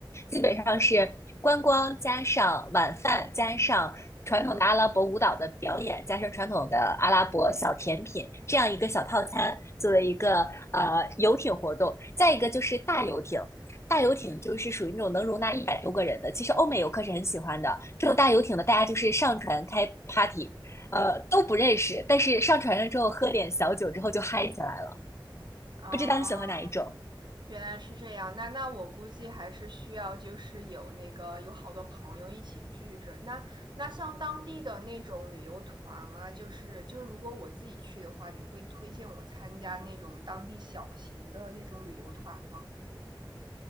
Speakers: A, on the left (about 35°); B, on the right (about 60°).
A: 基本上是观光加上晚饭加上。传统的阿拉伯舞蹈的表演，加上传统的阿拉伯小甜品，这样一个小套餐作为一个呃游艇活动。再一个就是大游艇，大游艇就是属于那种能容纳一百多个人的，其实欧美游客是很喜欢的。这种大游艇呢，大家就是上船开 party，呃，都不认识，但是上船了之后喝点小酒之后就嗨起来了。
B: 啊，
A: 不知道你喜欢哪一种？
B: 原来是这样。那那我估计还是需要就是有那个有好多朋友一起聚着。那那像当地的那种旅游团啊，就是就是如果我自己去的话，你会推荐我参加那种当地小型的那种旅游团吗？